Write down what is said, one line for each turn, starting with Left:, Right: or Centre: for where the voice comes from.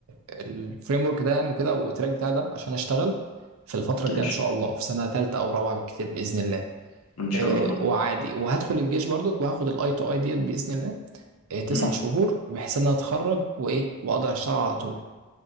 Right: الفريم ورك ده يعني وكده والتراك بتاع ده عشان اشتغل في الفتره الجايه
Left: ماشي
Right: ان شاء الله في سنه ثالثه او رابعه بالكتير باذن الله
Left: ان شاء
Right: آه،
Left: الله
Right: وعادي وهدخل الجيش برضك وهاخد الاي تو اي ديت باذن الله آه، تسع
Left: مم.
Right: شهور بحيث ان انا اتخرج وايه واقدر اشتغل على طول